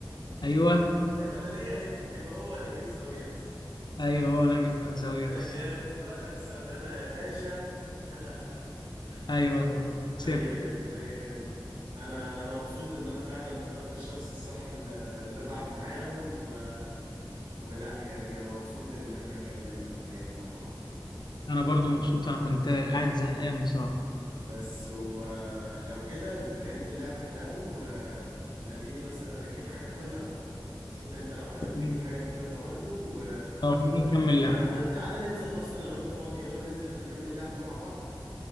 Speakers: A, on the left; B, on the right.
A: ايوه
B: ايوه انا ليا هنت يبقى هو نجيب ساويرس
A: ايوه انا جبنا ساويرس
B: انا جامد واكسب انا يا باشا <laughs>
A: ايوه صح كسبت
B: اي خدمه اي خدمه انا انا مبسوط ان انا فعلا اخترت الشخص الصح اللي اللي العب معاه و... ولا يعني انا مبسوط ان احنا اتكلمنا ولعبنا مع بعض
A: انا برضو مبسوط انا كنت قاعد زهقان بصراحه
B: بس ولو كده بما ان اللعبه حلو آه، خليني مثلا اجيب حاجه كلها شوف انت لو حابب تجيب
A: مم.
B: حاجة تاكلها برضو و...
A: طب نيجي
B: و...
A: نكمل
B: ولو
A: لعب
B: حابب تعالى ننزل اصلا لو انت فاضي يلا ننزل نكمل لعب مع بعض